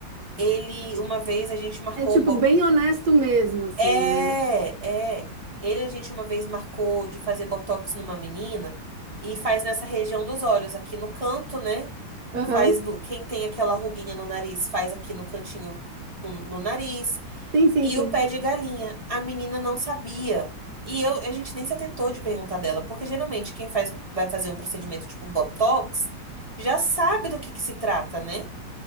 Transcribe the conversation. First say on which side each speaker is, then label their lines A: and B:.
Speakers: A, on the right (about 25°); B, on the right (about 65°).
A: Ele, uma vez a gente marcou
B: É tipo
A: um bordo.
B: bem honesto mesmo, assim,
A: É,
B: né?
A: é. Ele, a gente uma vez marcou de fazer botox numa menina e faz nessa região dos olhos, aqui no canto, né?
B: Aham.
A: Faz do, quem tem aquela ruguinha no nariz, faz aqui no cantinho no, no nariz.
B: Sim, sim,
A: E
B: sim.
A: o pé de galinha. A menina não sabia. E eu, a gente nem se atentou de perguntar dela, porque geralmente quem faz, vai fazer um procedimento tipo botox já sabe do que que se trata, né?